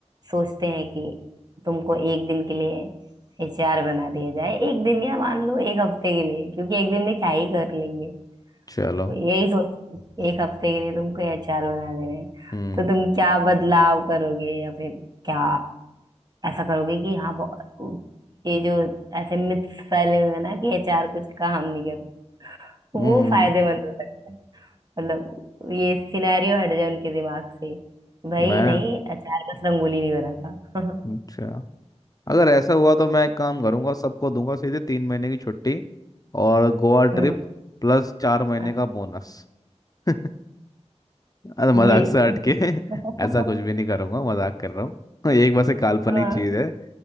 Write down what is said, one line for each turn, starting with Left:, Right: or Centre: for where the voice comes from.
Right: सोचते हैं कि तुमको एक दिन के लिए एचआर बना दिया जाए एक दिन या मान लो एक हफ्ते के लिए क्योंकि एक दिन में क्या ही कर लेंगे
Left: चलो
Right: तो यही सोच एक हफ्ते के लिए तुमको एचआर बना दे रहे हैं
Left: हम्म
Right: तो तुम क्या बदलाव करोगे या फिर क्या ऐसा करोगे कि हाँ बहु- ये जो ऐसे मिथ्स फैले हुए हैं ना कि एचआर कुछ काम नहीं करता
Left: हम्म
Right: वो फायदेमंद हो सकता है मतलब ये सिनेरियो हट जाए उनके दिमाग से भाई
Left: मैं
Right: नहीं अचार बस रंगोली नहीं बनाता <laughs>
Left: अच्छा अगर ऐसा हुआ तो मैं एक काम करूंगा सबको दूंगा सीधे तीन महीने की छुट्टी और गोवा ट्रिप
Right: हम्म
Left: प्लस चार महीने
Right: हाँ,
Left: का बोनस <laughs> अरे मजाक
Right: ये
Left: से हट
Right: <laughs>
Left: के <laughs> ऐसा कुछ भी नहीं करूंगा मजाक कर रहा हूँ <laughs> एक बस एक काल्पनिक
Right: हाँ
Left: चीज है